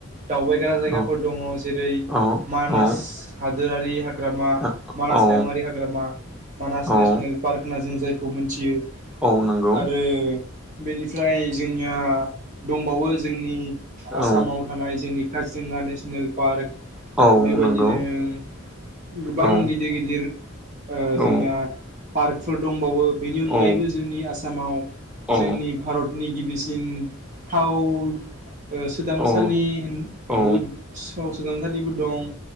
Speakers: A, on the right (about 35°); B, in the centre.
A: दावबायग्रा जायगाफोर
B: औ
A: दङ जेरै
B: औ
A: मानास
B: औ
A: हादोरारि हा- ग्रामा
B: औ
A: मानास हायुंआरि हाग्रामा मानास
B: औ
A: नेसनेल पार्क होनना जों जायखौ मोनथियो
B: औ नंगौ
A: आरो बेनिफ्राय जोंनिया दंबावो जोंनि आसामाव
B: औ
A: थानाय जोंनि काजिरङा नेसनेल पार्क
B: औ
A: बेबायदिनो
B: नंगौ
A: गोबां
B: औ
A: गिदिर गिदिर ओ
B: औ
A: जोंनिया पार्कफोर दंबावो बेनि अनगायैबो
B: औ
A: जोंनि आसामाव
B: औ
A: जोंनि भारतनि गिबिसिन थाव ओ सोदांसालि
B: औ औ औ
A: बुद सस सोदांसालिबो दं।